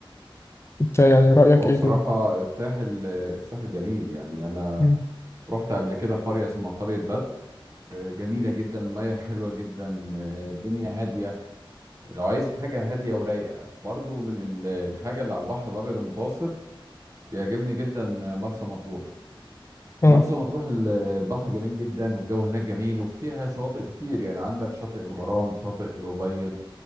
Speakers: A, on the left (about 30°); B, on the right (about 35°).
A: انت يعني رايك
B: هو
A: ايه
B: بصراحة
A: فيه
B: الساحل الساحل جميل يعني أنا
A: مم.
B: رحت قبل كده قرية اسمها قرية بدر آه، جميلة جدا المية حلوة جدا آه، الدنيا هادية لو عايز حاجة هادية ورايقة برضو من ال- الحاجة اللي على البحر الأبيض المتوسط بيعجبني جدا مرسى مطروح
A: اه
B: مرسى مطروح ال- البحر جميل جدا والجو هناك جميل وفيها شواطئ كتير يعني عندك شاطئ الغرام شاطئ الأبيض